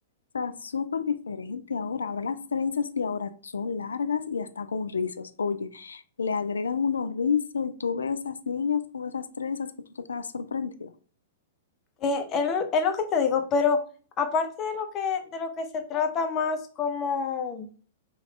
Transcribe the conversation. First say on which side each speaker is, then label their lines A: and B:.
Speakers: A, on the left (about 80°); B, on the left (about 30°).
A: o sea, súper diferente ahora. Ahora las trenzas de ahora son largas y hasta con rizos. Oye, le agregan unos rizos y tú ves esas niñas con esas trenzas que tú te quedas sorprendida.
B: Eh, es, es lo que te digo, pero aparte de lo que, de lo que se trata más como